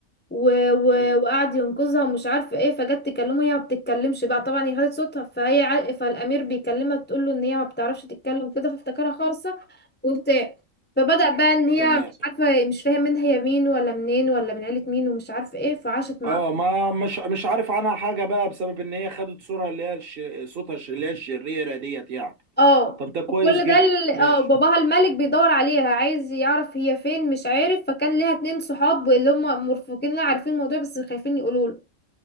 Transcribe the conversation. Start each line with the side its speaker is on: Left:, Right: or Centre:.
Left: و... و...
Right: امم
Left: وقعد ينقذها ومش عارفه ايه فجت تكلمه هي ما بتتكلمش بقى طبعا هي خدت صوتها فهي ع... فالامير بيكلمها تقول له ان هي ما بتعرفش تتكلم كده فافتكرها خالصه وبتاع فبدأ بقى ان هي
Right: تمام
Left: مش عارفه مش فاهم منها هي مين ولا منين ولا من عيله مين ومش عارفه ايه فعاشت مع
Right: اه ما مش مش عارف عنها حاجة بقى بسبب ان هي خدت صورة اللي هي الش... صوتها الش- اللي هي الشريرة ديت يعني
Left: اه
Right: طب ده كويس
Left: وكل
Right: جدا
Left: ده ال- اه
Right: ماشي
Left: باباها الملك بيدور عليها عايز يعرف هي فين مش عارف فكان ليها اتنين صحاب اللي هم مرفقين لها عارفين الموضوع بس خايفين يقولوا له